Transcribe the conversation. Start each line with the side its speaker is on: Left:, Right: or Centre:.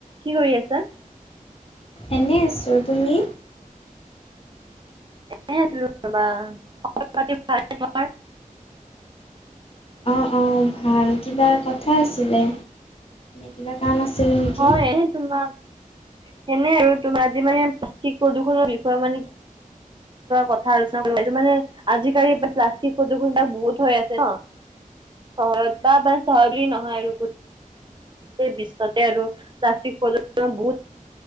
Right: কি কৰি আছা?
Left: এনে আছোঁ। তুমি?
Right: এনে আছিলোঁ ৰবা। খবৰ পাতি ভালনে তোমাৰ? <inaudible>
Left: অ-অ, ভাল কিবা কথা আছিলে? কিবা কাম আছিল? নেকি
Right: হয় তোমাৰ সেনে আৰু তুমাৰ আজি মানে প্লাষ্টিক প্ৰদূষণৰ বিষয়ে মানে কথা আলোচনা কৰিব ওলাইছো। মানে আজিকালি প্লাষ্টিক প্ৰদূষণ বিলাক বহুত হৈ আছে ন। চহৰত বা প চহৰত বুলি নহয় আৰু গোটেই বিশ্বতে আৰু প্লাষ্টিক প্ৰদূষণ বহুত